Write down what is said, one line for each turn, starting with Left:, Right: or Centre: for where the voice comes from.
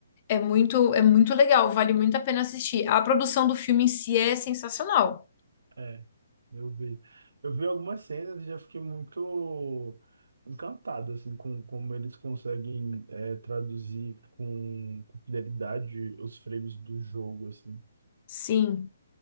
Left: é muito é muito legal, vale muito a pena assistir. A produção do filme em si é sensacional.
Right: É, eu vi. Eu vi algumas cenas e já fiquei muito encantado, assim, com como eles conseguem é, traduzir com com fidelidade os frames do jogo, assim.
Left: Sim,